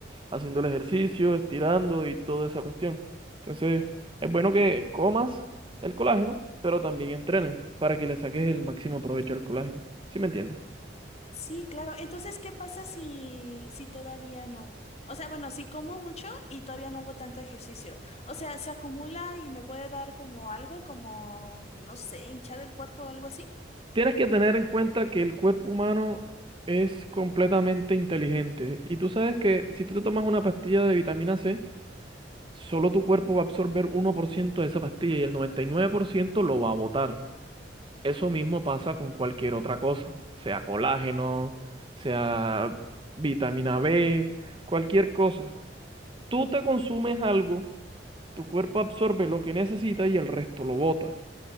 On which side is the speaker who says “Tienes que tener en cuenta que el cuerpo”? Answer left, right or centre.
Right